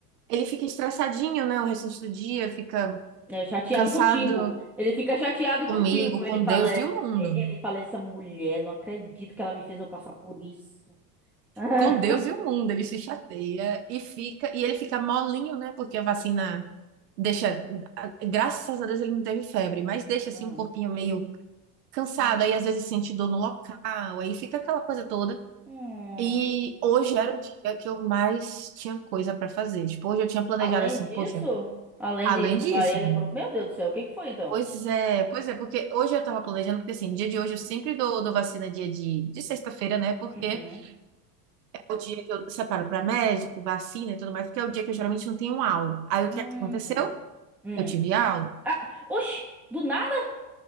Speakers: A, on the right; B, in the centre.
A: ele fica estressadinho, né, o restante do dia, fica
B: É chateado
A: cansado
B: contigo. Ele fica chateado
A: comigo,
B: contigo. Ele
A: com
B: fala,
A: Deus
B: é,
A: e o mundo.
B: é, ele fala, essa mulher, não acredito que ela me fez eu passar por isso. <laughs>
A: com Deus e o mundo, ele se chateia e fica, e ele fica molinho, né? Porque a vacina deixa, graças a Deus ele não teve febre, mas deixa assim
B: Hum,
A: um corpinho meio cansado,
B: hum,
A: aí às vezes sente dor no local, aí fica aquela coisa toda.
B: hum.
A: E hoje era o dia que eu mais tinha coisa para fazer. Tipo, hoje eu tinha planejado
B: Além
A: assim,
B: disso,
A: poxa,
B: além
A: além
B: de levar
A: disso,
B: ele
A: meu,
B: pro... Meu Deus do céu, o que que foi então?
A: pois é, pois é, porque hoje eu tava planejando, porque assim, dia de hoje eu sempre dou, dou vacina dia de, de sexta-feira, né? Porque
B: Uhum.
A: é o dia que eu separo para médico, vacina e tudo mais, porque é o dia que eu geralmente não tenho aula. Aí
B: Hum,
A: o que aconteceu?
B: hum.
A: Eu tive aula.
B: Ah, oxi, do nada?